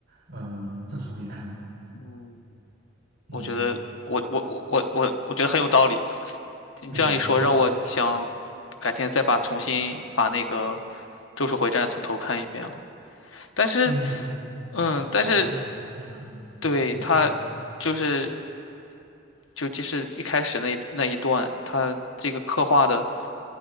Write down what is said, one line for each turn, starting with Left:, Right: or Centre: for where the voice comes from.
Right: 呃《咒术回战》了。
Left: 嗯，
Right: 嗯，
Left: 我觉得我我我我我我觉得很有道理。你这样一说，
Right: 对，就
Left: 让我想改天再把重新把那个。
Right: 嗯
Left: 咒术回战》从头看一遍了。但是，
Right: 速速回战，
Left: 嗯，
Right: 哎，
Left: 但是
Right: 很可惜吧，嗯，
Left: 对他就是
Right: 你说你说，嗯
Left: 就即使一开始那那一段，他这个刻画的